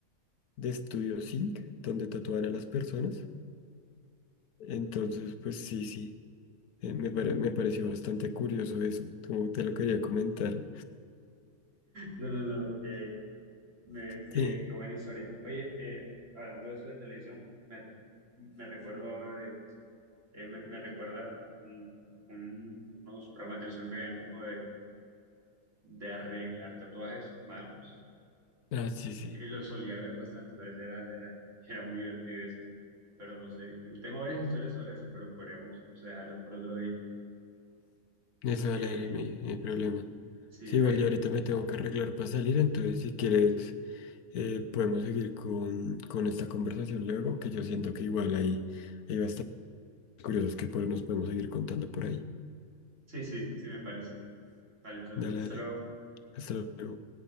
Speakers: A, on the left; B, on the right.
A: de Studio Sync, donde tatúan a las personas. Entonces, pues sí, sí, eh, me, pare- me pareció bastante curioso eso, como te lo quería comentar.
B: No, no, no, qué, me- qué-
A: Sí,
B: qué buena historia. Oye, eh, hablando de eso de televisión, me, me recuerdo ahora de, eh, me, me recuerda un- un- unos programas de televisión que habían como de, de arreglar tatuajes malos.
A: ah, sí, sí,
B: Y lo solía ver bastante, ¿sabes? Era, era, era muy divertido eso. Pero no sé, tengo varias historias sobre eso, pero podríamos o sea, dejarlas por otro día.
A: eso
B: Eh,
A: dale, dale, no hay, no hay problema.
B: sí, sí,
A: Sí, igual
B: oye,
A: yo ahorita me tengo que arreglar para salir, entonces si quieres eh, podemos seguir con, con esta conversación luego, que yo siento que igual ahí... iba curiosas que por- nos podemos seguir contando por ahí.
B: sí, sí, sí, me parece. Vale, entonces,
A: Dale,
B: hasta
A: dale.
B: luego.
A: Hasta luego.